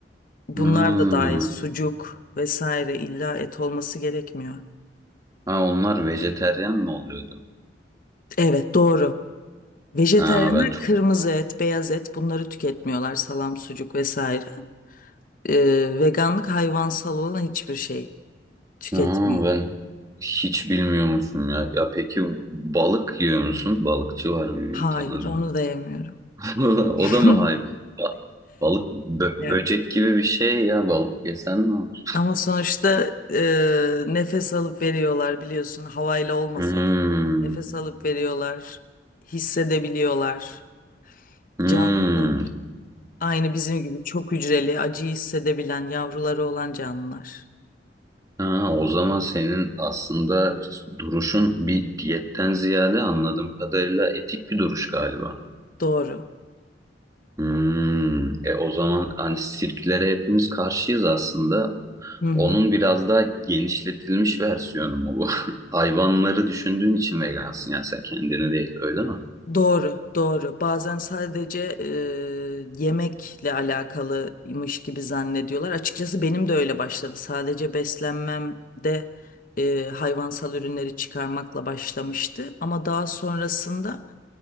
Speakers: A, on the left (about 50°); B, on the right (about 20°).
A: bunlar
B: Hmm.
A: da dahil, sucuk vesaire illa et olması gerekmiyor.
B: Ha, onlar vejeteryan mı oluyordu?
A: Evet, doğru. Vejetaryenler
B: Ha, ben çok
A: kırmızı et, beyaz et bunları tüketmiyorlar. Salam, sucuk vesaire. Ee, veganlık hayvansal olan hiçbir şey tüketmiyor.
B: Aa, ben hiç bilmiyormuşum ya. Ya peki balık yiyor musun? Balıkçı var birbirini
A: Hayır,
B: tanıdım.
A: onu da yemiyorum.
B: <laughs>
A: <laughs>
B: O da mı hayvan? Ba- Balık bö-
A: Evet.
B: böcek gibi bir şey ya. Balık yesen ne olur?
A: Ama sonuçta e, nefes alıp veriyorlar biliyorsun havayla olmasa
B: Hmm,
A: da. Nefes alıp veriyorlar, hissedebiliyorlar.
B: hmm.
A: Canlılar. Aynı bizim gibi çok hücreli, acıyı hissedebilen, yavruları olan canlılar.
B: Ha, o zaman senin aslında duruşun bir diyetten ziyade anladığım kadarıyla etik bir duruş galiba.
A: Doğru.
B: Hmm. E o zaman hani sirklere hepimiz karşıyız aslında.
A: Hı hı.
B: Onun biraz daha genişletilmiş versiyonu mu bu? <laughs> Hayvanları düşündüğün için vegansın yani sen kendini değil öyle mi?
A: Doğru, doğru. Bazen sadece e, yemekle alakalıymış gibi zannediyorlar. Açıkçası benim de öyle başladı. Sadece beslenmemde e, hayvansal ürünleri çıkarmakla başlamıştı. Ama daha sonrasında